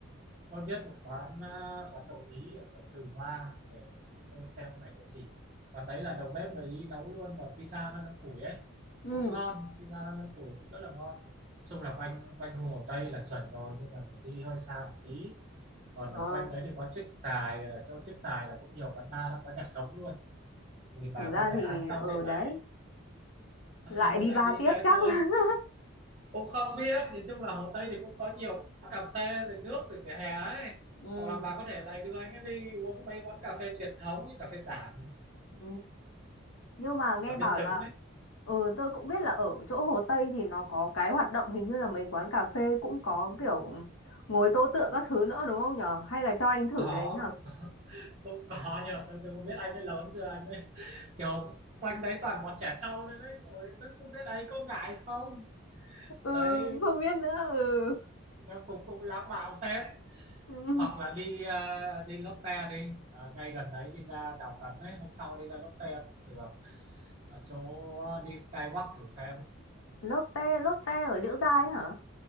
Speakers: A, on the right; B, on the left.
A: tôi biết một quán à, quán đồ Ý ở chỗ Từ Hoa để tôi xem lại cái gì quán đấy là đầu bếp người Ý nấu luôn và pizza nó nướng củi ấy
B: ừ
A: cũng ngon pizza nó nướng củi cũng rất là ngon chung là quanh quanh Hồ Tây là chuẩn rồi nhưng mà phải đi hơi xa một tí còn
B: Ờ,
A: ở quanh đấy thì có Trích Xài ở chỗ Trích Xài là cũng nhiều quán bar lắm có nhạc sống luôn thì bà
B: thực ra
A: có thể ăn
B: thì
A: xong
B: ở
A: thì lại
B: đấy
A: ăn
B: lại
A: xong thì
B: đi
A: lại
B: ba
A: đi
B: tiếp
A: thế
B: chắc.
A: thôi
B: <laughs>
A: cũng không biết nhìn chung là Hồ Tây thì cũng có nhiều quán cà phê rồi nước rồi vỉa hè ấy
B: ừ
A: hoặc là bà có thể lại đưa anh ấy đi uống mấy quán cà phê truyền thống như cà phê Giảng
B: ừ Nhưng mà nghe
A: cà
B: bảo
A: phê trứng
B: là
A: ấy
B: ừ tôi cũng biết là ở chỗ Hồ Tây thì nó có cái hoạt động hình như là mấy quán cà phê cũng có kiểu ngồi tô tượng các thứ nữa đúng không nhở? Hay là cho anh thử
A: có
B: cái đấy nhở?
A: cũng, cũng có nhưng mà tôi, tôi không biết anh ấy lớn chưa anh ấy <laughs> kiểu quanh đấy toàn bọn trẻ trâu đấy đấy rồi tôi không biết anh có ngại không
B: ừ
A: đấy
B: không biết nữa ừ
A: nhưng cũng cũng lãng mạn phết
B: <laughs> Ừ.
A: hoặc là đi ờ, đi Lotte đi Ờ, ngay gần đấy đi ra Đào Tấn ấy hôm sau đi ra Lotte cũng được ở chỗ ờ, đi Skywalk thử xem
B: Lotte, Lotte ở Liễu Giai ấy hả?